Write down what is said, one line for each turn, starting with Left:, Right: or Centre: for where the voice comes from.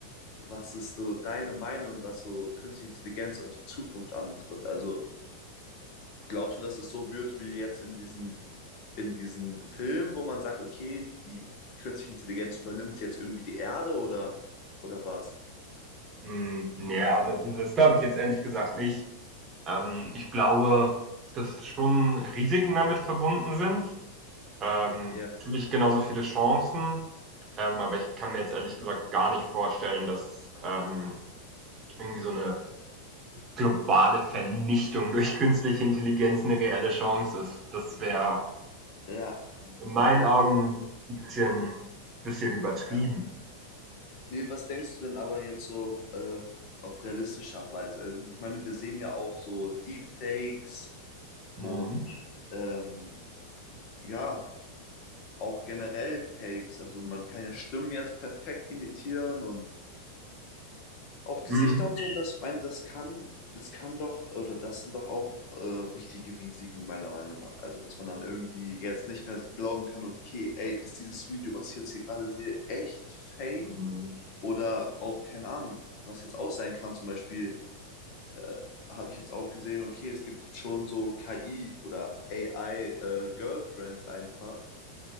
Left: was ist so deine Meinung, was so künstliche Intelligenz und die Zukunft anbetrifft? Also, glaubst du, dass es so wird wie jetzt in diesen, in diesen Film, wo man sagt, okay, die künstliche Intelligenz übernimmt jetzt irgendwie die Erde oder, oder was?
Right: Hm, ja, das das glaube ich jetzt ehrlich gesagt nicht. Ähm, ich glaube, dass schon Risiken damit verbunden sind. Ähm,
Left: Ja,
Right: natürlich genauso viele Chancen. Ähm, aber ich kann mir jetzt ehrlich gesagt gar nicht vorstellen, dass ähm, irgendwie so eine globale Vernichtung durch künstliche Intelligenz eine reelle Chance ist. Das wäre
Left: ja,
Right: in meinen Augen ein bisschen, bisschen übertrieben.
Left: ja. Nee, was denkst du denn aber jetzt so äh, auf realistischer Weise? Also, ich meine, wir sehen ja auch so Deepfakes
Right: Mhm.
Left: und ähm, ja, auch generell Fakes. Also, man kann ja Stimmen jetzt perfekt imitieren und auch Gesichter
Right: Mhm.
Left: und so. Und das, ich meine, das kann, das kann doch, oder das sind doch auch äh, richtige Risiken, meiner Meinung nach. Also, dass man dann irgendwie jetzt nicht mehr glauben kann, okay, ey, ist dieses Video, was ich jetzt hier gerade sehe, echt fake?
Right: Mhm.
Left: Oder auch, keine Ahnung, was jetzt auch sein kann, zum Beispiel, äh, habe ich jetzt auch gesehen, okay, es gibt jetzt schon so KI oder AI-Girlfriends einfach.